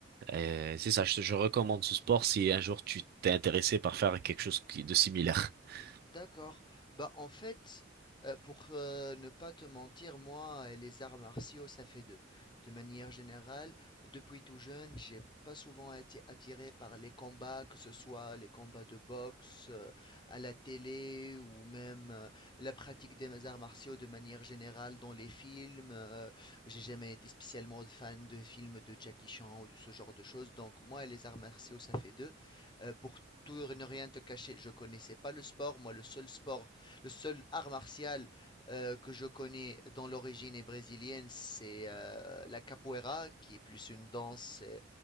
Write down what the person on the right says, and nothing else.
euh, c'est ça je, je recommande ce sport si un jour tu t'es intéressé par faire quelque chose qui- de similaire. <laughs>